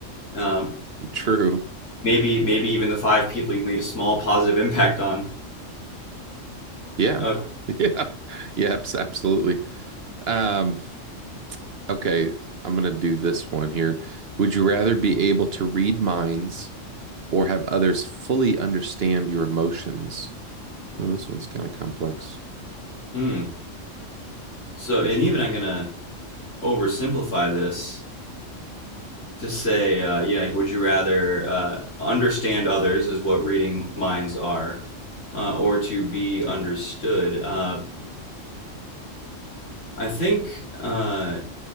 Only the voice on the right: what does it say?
true.
Yeah.
<laughs> Yeah. Yeah, abs- absolutely. Um, okay, I'm gonna do this one here. Would you rather be able to read minds or have others fully understand your emotions? Oh, this one's kind of complex.